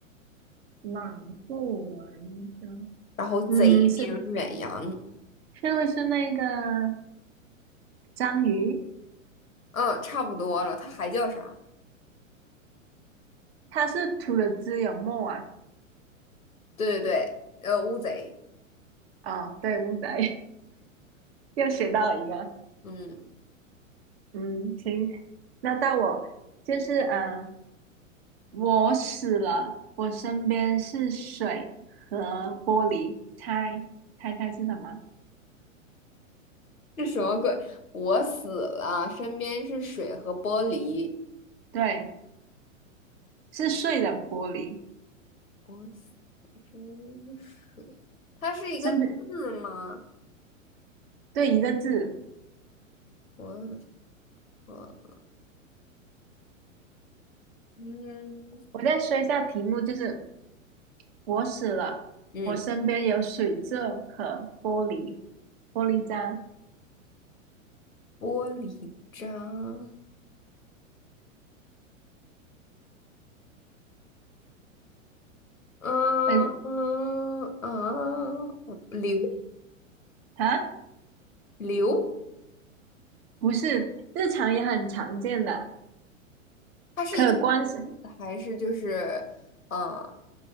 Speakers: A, on the right (about 50°); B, on the left (about 90°).
A: 满不文章，
B: 然后贼名远扬。
A: 嗯，是是不是那个章鱼？
B: 嗯，差不多了，他还叫啥？
A: 它是吐了汁有沫啊？
B: 对对对，呃，乌贼。
A: 哦，对，乌贼 <laughs> 又学到了一个，
B: 嗯，
A: 嗯，行，那到我就是呃，我死了，我身边是水和玻璃，猜猜猜是什么？
B: 这什么鬼？我死了，身边是水和玻璃。
A: 对，是碎的玻璃，
B: 我死了，身边是水。它是一个字吗？
A: 身边对一个字。
B: 我和嗯
A: 我再说一下题目，就是我死了，
B: 嗯，
A: 我身边有水渍和玻璃玻璃渣，
B: 玻璃渣。嗯嗯嗯，
A: 嗯、
B: 流
A: 啊，
B: 流，
A: 不是，日常也很常见的，
B: 它是一个字
A: 可观赏，
B: 还是就是嗯，